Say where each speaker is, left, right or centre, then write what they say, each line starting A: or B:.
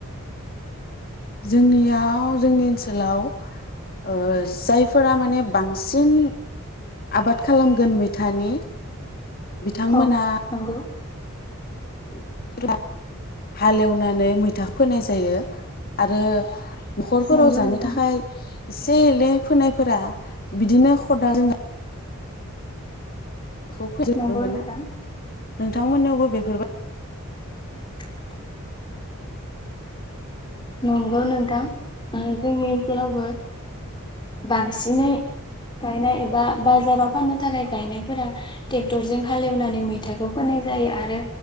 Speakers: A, on the left; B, on the left.
A: जोंनिया थ' जोंनि ओनसोलाव ओ जायफोरा माने बांसिन आबाद खालामगोन मैथानि बिथांमोना
B: औ <unintelligible>
A: <unintelligible> हालेवनानै मैथा फोनाय जायो आरो न'खरफोराव
B: नंगौ
A: जानो
B: नोंथां
A: थाखाय एसे एले फोनायफोरा बिदिनो खदालजों खौ फोजोबनो
B: नंगौ
A: मोनो
B: नोंथां
A: नोंथांमोननियावबो बेफोरबाय
B: <unintelligible> नंगौ नोंथां जोंनि ओनसोलावबो बांसिनै गायनाय एबा बाजाराव फाननो थाखाय गायनायफोरा ट्रेक्टरजों हालेवनानै मैथाखौ फोनाय जायो आरो